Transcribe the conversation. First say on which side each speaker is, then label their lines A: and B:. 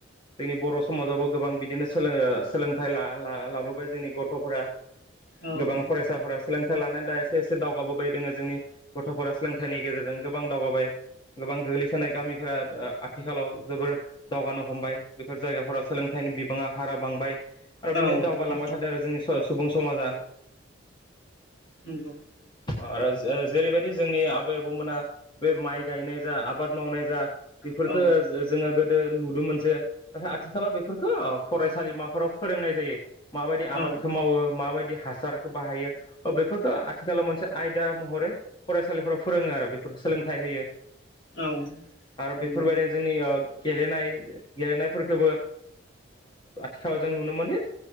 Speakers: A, on the left; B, on the left.
A: जोंनि बर' समाजावबो गोबां बिदिनो सोलों सोलोंथाइ लाबोबाय जोंनि गथ'फोरा
B: औ
A: गोबां फरायसाफोरा सोलोंथाइ थाय लानानै दा एसे एसे दावगाबोबाय दोङो जोंनि गथ'फोरा। सोलोंथाइनि गेजेरजों गोबां दावगाबाय गोबां गोग्लैसोनाय गामिफोरा आथिखालाव जोबोर दावगानो हमबाय बेफोर जायगाफोराव सोलोंथाइनि बिबाङा हारा बांबाय आरो
B: औ
A: बिदिनो दावगालांबाय
B: नंगौ
A: थादों आरो जोंनि सुबुं समाजा।
B: नंगौ।
A: आरो जेरैबायदि जोंनि आबै-आबौमोना बे माइ गायनाय जा आबाद मावनाय जा बेफोरफोरखौ
B: औ
A: जोङो गोदो नुदोंमोन जे नाथाय आथिखालाव बेफोरखौ फरायसालिमाफोराव फोरोंनाय जायो माबायदि
B: औ
A: आबादखौ मावो माबायदि हासारखौ बाहायो बेफोरखौ आथिखालाव मोनसे आयदा महरै फरायसालिफ्राव फोरोङो। आरो बेफोरखौ सोलोंथाइ होयो
B: औ
A: आरो
B: नंगौ
A: बेफोरबायदिनो जोंनि गेलेनाय गेलेनायफोरखौबो आथिखालाव जों नुनो मोनदि